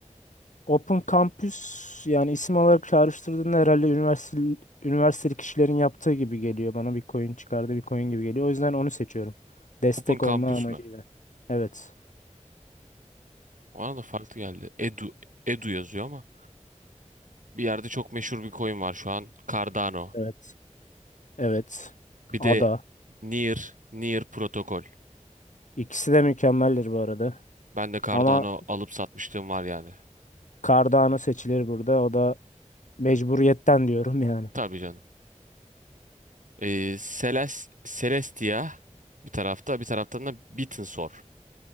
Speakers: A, on the left (about 75°); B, on the right (about 80°).
A: Open Campus yani isim olarak çağrıştırdığında herhalde üniversite üniversiteli kişilerin yaptığı gibi geliyor. Bana bir coin çıkardı bir coin gibi geliyor. O yüzden onu seçiyorum. Destek
B: Open Campus
A: olma amacıyla.
B: mü?
A: Evet.
B: Ona da farklı geldi. Edu. Edu yazıyor ama. Bir yerde çok meşhur bir coin var şu an. Cardano.
A: Evet. Evet.
B: Bir
A: Ada.
B: de Near. Near Protokol.
A: İkisi de mükemmeldir bu arada.
B: Ben de Cardano
A: Ama
B: alıp satmışlığım var yani.
A: Cardano seçilir burada. O da mecburiyetten diyorum yani.
B: Tabii canım. Ee, Seles Celestia bir tarafta bir taraftan da Bittensor